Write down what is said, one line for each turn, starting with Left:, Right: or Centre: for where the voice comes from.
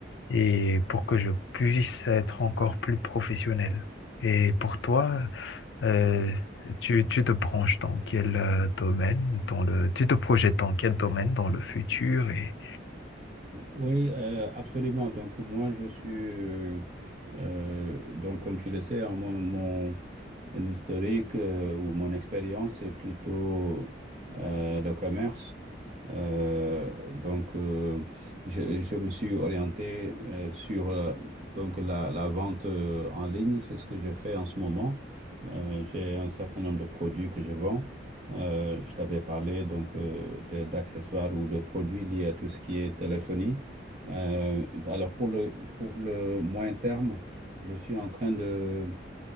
Left: et pour que je puisse être encore plus professionnel. Et pour toi, euh, tu, tu te branches dans quel euh, domaine, dans le, tu te projettes dans quel domaine dans le futur et
Right: Oui, euh, absolument. Donc moi, je suis, euh, euh, donc comme tu le sais, hein, mon, mon- mon historique euh, ou mon expérience est plutôt euh, le commerce. Euh, donc, euh, je, je me suis orienté euh, sur euh, donc la, la vente euh, en ligne. C'est ce que je fais en ce moment. Euh, j'ai un certain nombre de produits que je vends. Euh, je t'avais parlé donc euh, de- d'accessoires ou de produits liés à tout ce qui est téléphonie. Euh, alors pour le pour le moyen terme, je suis en train de